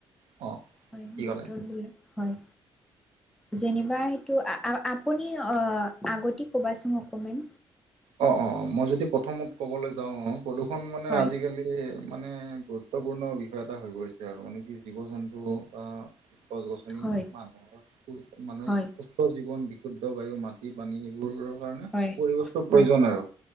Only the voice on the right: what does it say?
অ
কি ক'লে
অ অ মই যদি প্ৰথমত ক'বলৈ যাওঁ অ প্ৰদূষণ মানে
আজিকালি সেই মানে গুৰুত্বপূৰ্ণ বিষয় এটা হৈ পৰিছে আৰু মানে কি জীৱ জন্তু বা গছ -গছনি
মানুহৰ মানুহ
জীৱন বিশুদ্ধ বায়ু, মাটি, পানী সেইবোৰৰ কাৰণে
পৰিৱেশটো প্ৰয়োজন
আৰু